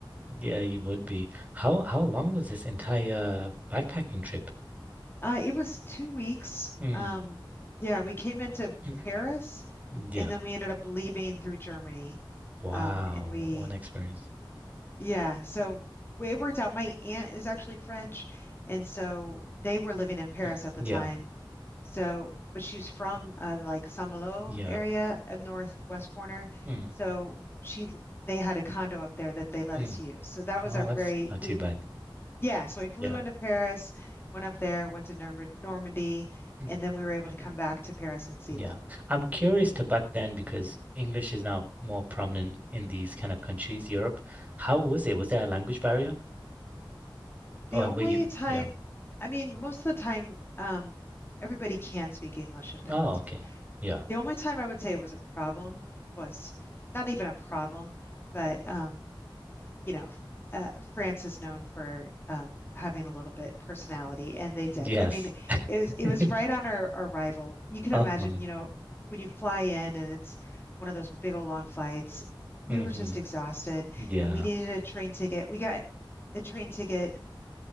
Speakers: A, on the right; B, on the left.
A: Yeah, you would be. How how long was this entire backpacking trip?
B: Uh, it was two weeks.
A: Mm.
B: Um, yeah, we came into
A: <clears throat>
B: Paris
A: Yeah.
B: and then we ended up leaving through Germany.
A: Wow.
B: Um, and we,
A: What what an experience.
B: yeah, so it worked out. My aunt is actually French. And so they were living in Paris
A: <clears throat>
B: at the
A: Yeah.
B: time. So, but she was from uh, like Saint-Malo
A: Yeah.
B: area, a northwest corner.
A: Mm.
B: So she, they had a condo up there that they let
A: Mm.
B: us use. So that was
A: Oh,
B: our very,
A: that's not
B: we
A: too bad.
B: yeah, so we flew
A: Yeah.
B: into Paris, went up there, went to Norm Normandy,
A: Mm.
B: and then we were able to come back to Paris and see
A: Yeah.
B: them.
A: I'm curious to back then because English is now more prominent in these kind of countries, Europe. How was it? Was there a language barrier? Or
B: The only
A: were you,
B: time,
A: yeah.
B: I mean, most of the time, um, everybody can speak English if they
A: Oh,
B: want to.
A: okay. Yeah.
B: The only time I would say it was a problem was not even a problem, but um, you know, uh, France is known for um, having a little bit personality, and they did.
A: Yes.
B: I mean, it was it
A: <laughs>
B: was right on our our arrival. You can
A: Uh-huh.
B: imagine, you know, when you fly in and it's one of those big old long flights,
A: hmm
B: we were just exhausted,
A: Yeah.
B: and we needed a train ticket. We got a train ticket